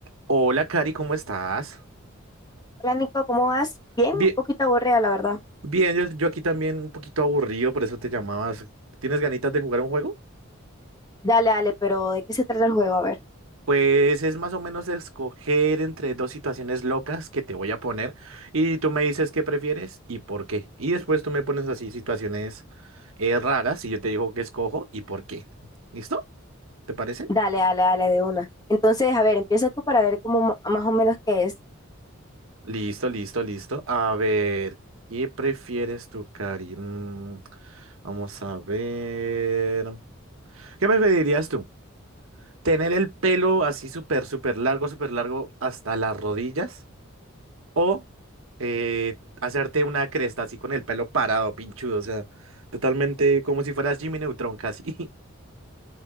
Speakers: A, on the right; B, on the left.
A: Hola, Cari, ¿cómo estás?
B: Hola Nico, ¿cómo vas? Bien,
A: Bien,
B: un poquito aburrida, la verdad.
A: bien, yo, yo aquí también un poquito aburrido, por eso te llamabas. ¿Tienes ganitas de jugar un juego?
B: Dale, dale, pero ¿de qué se trata el juego? A ver.
A: Pues es más o menos escoger entre dos situaciones locas que te voy a poner y tú me dices qué prefieres y por qué. Y después tú me pones así situaciones eh, raras y yo te digo qué escojo y por qué. ¿Listo? ¿Te parece?
B: Dale, dale, dale, de una. Entonces, a ver, empieza tú para ver cómo ma- más o menos qué es.
A: Listo, listo, listo. A ver, ¿qué prefieres tú, Cari? Mm, vamos a ver. ¿Qué preferirías tú? Tener el pelo así súper, súper largo, súper largo hasta las rodillas. O eh, hacerte una cresta así con el pelo parado, pinchudo. O sea, totalmente como si fueras Jimmy Neutron casi. <laughs>